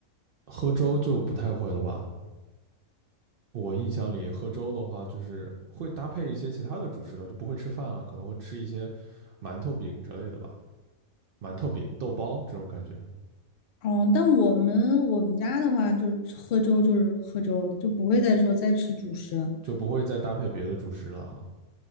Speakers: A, on the right; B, on the left.
A: 喝粥就不太会了吧？我印象里喝粥的话，就是会搭配一些其他的主食了，就不会吃饭了，可能会吃一些馒头饼之类的吧，馒头饼、豆包这种感觉，
B: 哦，但我们我们家的话，就喝粥就是喝粥了，就不会再说再吃主食了。
A: 就不会再搭配别的主食了。